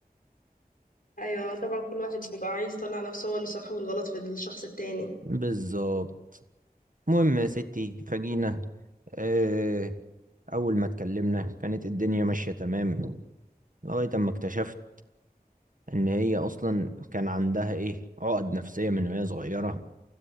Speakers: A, on the left; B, on the right.
A: ايوه طبعا كل واحد بيبقى عايز يطلع نفسه هو اللي صح والغلط في الشخص التاني
B: بالظبط المهم يا ستي فجينا آه، أول ما اتكلمنا كانت الدنيا ماشية تمام لغاية أما اكتشفت إن هي أصلا كان عندها إيه عقد نفسية من وهي صغيرة